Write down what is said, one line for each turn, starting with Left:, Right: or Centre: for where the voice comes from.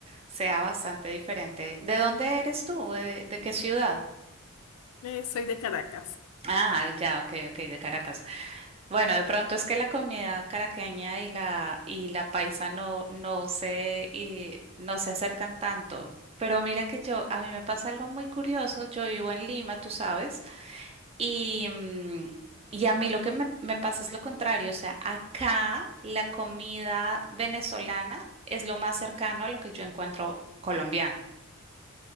Right: sea bastante diferente. ¿De dónde eres tú? ¿De, de qué ciudad?
Left: Eh, soy de Caracas,
Right: Ah, ya, ok, ok, de Caracas. Bueno, de pronto es que la comida caraqueña y la y la paisa no no se y no se acercan tanto. Pero mira que yo a mí me pasa algo muy curioso. Yo vivo en Lima, tú sabes, y mm, y a mí lo que me, me pasa es lo contrario. O sea, acá la comida venezolana es lo más cercano a lo que yo encuentro colombiano